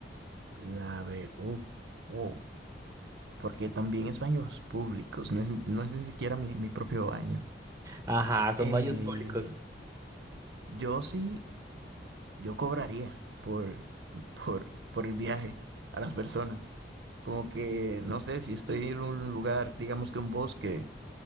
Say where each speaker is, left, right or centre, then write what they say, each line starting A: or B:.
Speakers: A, on the right; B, on the right.
A: la ve, uf, wow, porque también es baños públicos, no es, no es ni siquiera mi, mi propio baño.
B: Ajá, son
A: Eh,
B: baños públicos.
A: yo sí, yo cobraría por, por, por el viaje a las personas. Como que, no sé, si estoy en un lugar, digamos que un bosque,